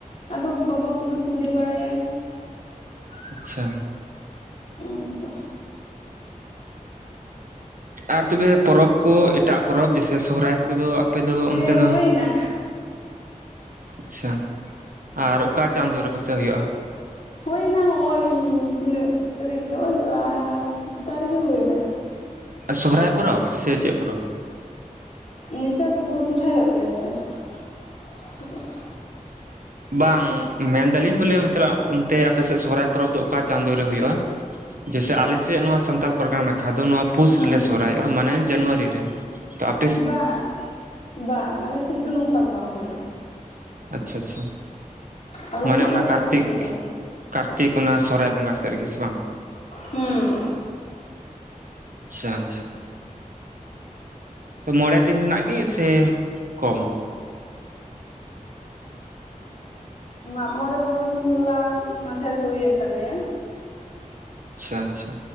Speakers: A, on the left; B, on the right.
A: ᱟᱫᱚ ᱵᱟᱵᱟᱯ ᱜᱮ ᱯᱩᱡᱟᱹ ᱵᱟᱲᱟᱭᱟᱭ,
B: ᱟᱪᱪᱷᱟ᱾
A: ᱩᱸᱦ ᱚᱝᱠᱟ,
B: ᱟᱨ ᱛᱚᱵᱮ ᱯᱚᱨᱚᱵᱽ ᱠᱚ ᱮᱴᱟᱜ ᱯᱚᱨᱚᱵᱽ ᱡᱟᱭᱥᱮ ᱥᱚᱦᱨᱟᱭ, ᱠᱚᱫᱚ ᱟᱯᱮ ᱫᱚ
A: ᱦᱮᱸ
B: ᱚᱱᱛᱮ ᱫᱚ
A: ᱦᱳᱭᱱᱟ
B: ᱟᱪᱪᱷᱟ, ᱟᱨ ᱚᱠᱟ ᱪᱟᱸᱫᱚ ᱨᱮ ᱯᱟᱥᱮᱜ ᱦᱩᱭᱩᱜ-ᱟ?
A: ᱦᱩᱭ ᱮᱱᱟ ᱦᱚᱸᱜ-ᱚᱭ ᱛᱤᱱᱟᱹᱜ ᱛᱟᱹᱨᱤᱠᱷ ᱨᱮ ᱦᱚᱸᱜ-ᱚᱭ ᱞᱟᱦᱟ ᱥᱤᱻᱛᱟ ᱨᱮᱜᱮ ᱦᱩᱭᱮᱱᱟ᱾
B: ᱥᱚᱦᱨᱟᱭ ᱯᱚᱨᱚᱵᱽ ᱥᱮ ᱪᱮᱫ ᱯᱚᱨᱚᱵᱽ?
A: ᱱᱮᱛᱳᱜ ᱫᱚᱠᱚ ᱥᱚᱨᱦᱟᱭᱚᱜ ᱜᱮᱭᱟ ᱥᱮ? <unintelligible>
B: ᱵᱟᱝ ᱢᱮᱱᱫᱟᱞᱤᱧ ᱵᱚᱞᱮ ᱚᱸᱛᱮᱱᱟᱜ ᱚᱱᱛᱮ ᱟᱯᱮ ᱥᱮᱫ ᱥᱚᱦᱨᱟᱭ ᱯᱚᱨᱚᱵᱽ ᱫᱚ ᱚᱠᱟ ᱪᱟᱸᱫᱳ ᱨᱮ ᱦᱩᱭᱩᱜᱼᱟ? ᱡᱮᱭᱥᱮ ᱟᱞᱮᱥᱮᱜ ᱱᱚᱣᱟ ᱥᱟᱱᱛᱟᱞ ᱯᱟᱨᱜᱟᱱᱟ ᱱᱟᱠᱷᱟ ᱫᱚ ᱱᱚᱣᱟ ᱯᱩᱥ
A: ᱦᱮᱸ
B: ᱨᱮᱞᱮ ᱥᱚᱦᱨᱟᱭᱚᱜᱼᱟ, ᱢᱟᱱᱮ ᱡᱟᱱᱣᱟᱹᱨᱤ ᱨᱮ, ᱛᱚ ᱟᱯ-
A: ᱵᱟᱝ ᱵᱟᱝ ᱟᱞᱮ ᱥᱮᱫ ᱫᱚ ᱱᱚᱝᱠᱟ ᱫᱚ ᱵᱟᱝ ᱦᱩᱭᱩᱜᱼᱟ᱾
B: ᱟᱪᱪᱷᱟ ᱟᱪᱪᱷᱟ
A: ᱟᱞᱮᱥᱮᱫ
B: ᱢᱟᱱᱮ
A: ᱫᱚ
B: ᱚᱱᱟ
A: ᱟᱞᱟᱜᱽ
B: ᱠᱟᱨᱛᱤᱠ᱾
A: ᱜᱮ ᱦᱩᱭᱩᱜᱼᱟ
B: ᱠᱟᱨᱛᱤᱠ ᱚᱱᱟ ᱥᱚᱨᱦᱟᱭ ᱵᱚᱸᱜᱟ ᱥᱮᱫ ᱨᱮᱜ ᱥᱮ ᱵᱟᱝ᱾
A: ᱦᱩᱸ
B: ᱟᱪᱪᱷᱟ ᱟᱪᱷᱟ ᱛᱚ ᱢᱚᱬᱮ ᱫᱤᱱ ᱨᱮᱱᱟᱜ ᱜᱮ ᱥᱮ ᱠᱚᱢ?
A: ᱢᱟᱜ ᱢᱚᱲᱮ ᱵᱚᱲᱚᱱ ᱦᱚᱞᱟ ᱢᱟᱫᱷᱮᱨ ᱦᱩᱭᱮᱱ ᱛᱟᱞᱮᱭᱟ᱾
B: ᱟᱪᱪᱷᱟ ᱟᱪᱪᱷᱟ